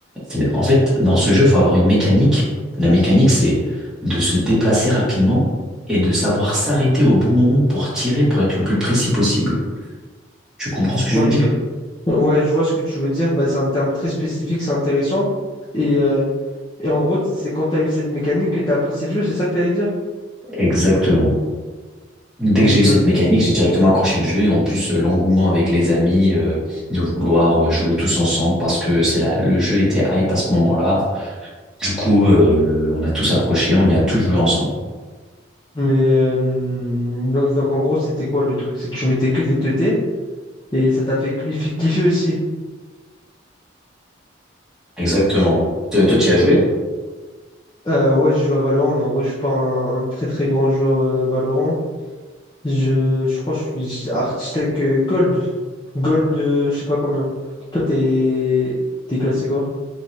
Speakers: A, in the centre; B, on the left.
A: c'est- En fait, dans ce jeu, il faut avoir une mécanique. La mécanique, c'est de se déplacer rapidement et de savoir s'arrêter au bon moment pour tirer, pour être le plus précis possible. Tu comprends ce que
B: ok.
A: je veux dire?
B: Ouais, je vois ce que tu veux dire. Bah, c'est un terme très spécifique, c'est intéressant. Et, euh, et en gros, t- c'est quand tu as eu cette mécanique que tu as apprécié le jeu, c'est ça que tu allais dire?
A: Exactement. Dès
B: Mais,
A: que j'ai
B: que,
A: eu cette mécanique, j'ai directement accroché le jeu et en plus euh, l'engouement avec les amis euh, de vouloir euh, jouer tous ensemble parce que c'est là le jeu était hype à ce moment-là. Du coup, euh, on a tous accroché, on y a tous joué ensemble.
B: mais euh, donc, donc, en gros, c'était quoi le truc? C'est que tu mettais que des 2T et ça t'a fait cliffer, kiffer aussi.
A: Exactement. Te- Toi, tu y as joué?
B: Euh, ouais, j'ai joué à Valorant, mais en vrai, je suis pas un, un très très grand joueur euh, Valorant. Je, je crois que je suis architecte euh, Gold. Gold, euh, je sais pas combien. Toi, t'es t'es classé quoi?